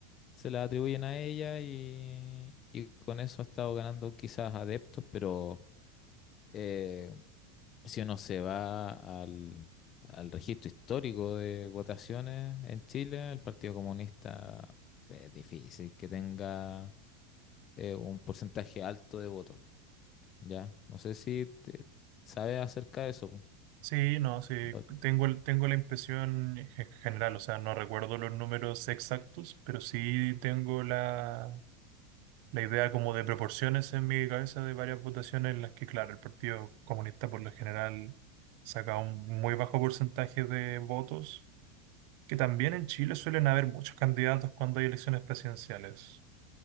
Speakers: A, on the left; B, on the right.
A: se las atribuyen a ella y, y con eso ha estado ganando quizás adeptos, pero... eh, si uno se va al, al registro histórico de votaciones en Chile, el Partido Comunista es difícil que tenga eh, un porcentaje alto de votos, ¿ya? No sé si te- sabes acerca de eso. po.
B: Sí, no, sí,
A: O-
B: tengo, el- tengo la impresión en gen- general, o sea, no recuerdo los números exactos, pero sí tengo la, la idea como de proporciones en mi cabeza de varias votaciones en las que, claro, el Partido Comunista por lo general saca un muy bajo porcentaje de votos, que también en Chile suelen haber muchos candidatos cuando hay elecciones presidenciales.